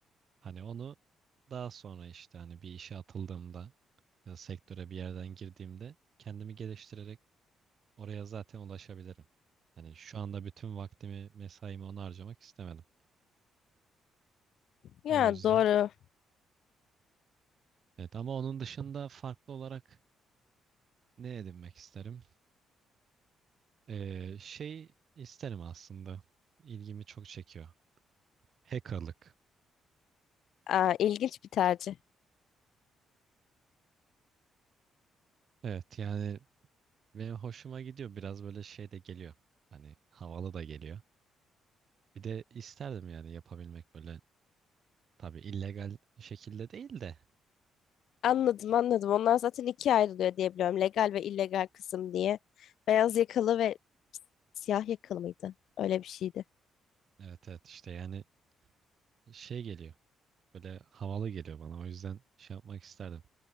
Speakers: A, on the right (about 55°); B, on the left (about 70°).
A: Hani onu daha sonra işte hani bir işe atıldığımda ya da sektöre bir yerden girdiğimde kendimi geliştirerek oraya zaten ulaşabilirim. Hani şu anda bütün vaktimi, mesaimi ona harcamak istemedim.
B: Yani
A: O yüzden
B: doğru.
A: Evet ama onun dışında farklı olarak Ne edinmek isterim? Ee, şey isterim aslında. İlgimi çok çekiyor. Hackerlık.
B: Aa, ilginç bir tercih.
A: Evet yani benim hoşuma gidiyor. Biraz böyle şey de geliyor. Hani havalı da geliyor. Bir de isterdim yani yapabilmek böyle. Tabii illegal şekilde değil de.
B: Anladım anladım. Onlar zaten ikiye ayrılıyor diye biliyorum. Legal ve illegal kısım diye. Beyaz yakalı ve siyah yakalı mıydı? Öyle bir şeydi.
A: Evet evet işte yani şey geliyor. Böyle havalı geliyor bana. O yüzden şey yapmak isterdim.